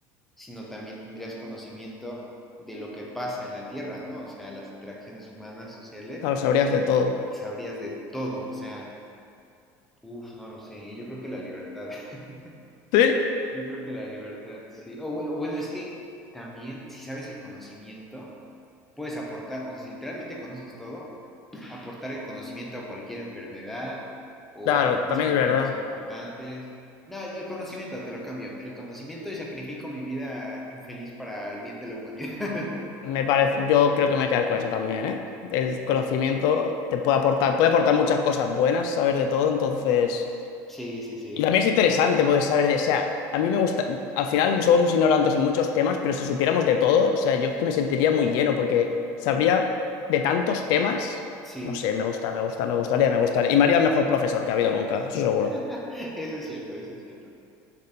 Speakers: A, in the centre; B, on the left.
A: sino también tendrías conocimiento de lo que pasa en la Tierra, ¿no? O sea, las interacciones humanas, sociales,
B: Claro, sabrías de todo.
A: y sabrías de todo, o sea... Uf, no lo sé, yo creo que la libertad, <laughs>
B: Sí,
A: yo creo que la libertad, sí. O bueno, o bueno, es que también si sabes el conocimiento, puedes aportar, o sea, si literalmente conoces todo, aportar el conocimiento a cualquier enfermedad o
B: claro,
A: hacer descubrimientos
B: también es verdad.
A: importantes. No, el conocimiento, te lo cambio, el conocimiento y sacrifico mi vida infeliz para el bien de la humanidad.
B: Me parece, yo creo que me voy a quedar con eso también, ¿eh? El conocimiento
A: <laughs>
B: te puede aportar, puede aportar muchas cosas buenas, saber de todo, entonces.
A: Sí, sí, sí,
B: Y también es interesante poder saber de. O sea, a mí me gusta. Al final somos ignorantes en muchos temas, pero si supiéramos de todo, o sea, yo es que me sentiría muy lleno, porque sabría de tantos temas.
A: sí,
B: No sé, me gusta, me gusta, me gustaría, me gustaría. Y me haría el mejor profesor que ha habido nunca, eso seguro.
A: <laughs> eso es cierto, eso es cierto.